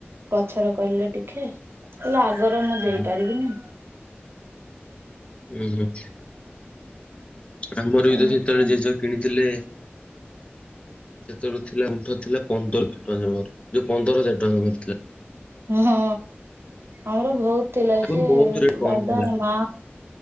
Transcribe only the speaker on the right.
ପଛରେ କହିଲେ ଟିକେ ହେଲେ ଆଗର ମୁଁ ଦେଇପାରିବିନି।
ଏମିତି
ଆଉ
ହଁ ଆମର ବହୁତ୍ ଥିଲା
ସେ
ଦାଦା
ମା